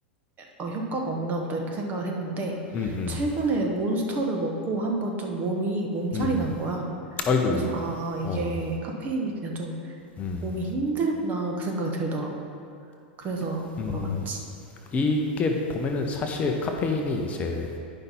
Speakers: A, on the right (about 30°); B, on the left (about 25°).
A: 어, 효과가 없나 보다 이렇게 생각을 했는데
B: 음. 음.
A: 최근에 몬스터를 먹고 한번 좀 몸이 몸살이
B: 음.
A: 난 거야.
B: 아이고,
A: 그래서 아, 이게
B: 어,
A: 카페인이 그냥 좀
B: 음,
A: 몸이 힘들구나 그 생각이 들더라. 그래서
B: 이- 음,
A: 물어봤지.
B: 이게 보면은 사실 카페인이 이제